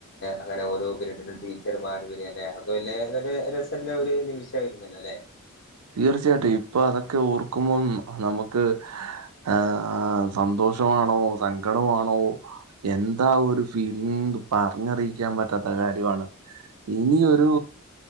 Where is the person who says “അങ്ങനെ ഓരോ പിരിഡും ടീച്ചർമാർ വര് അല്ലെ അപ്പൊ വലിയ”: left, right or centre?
Left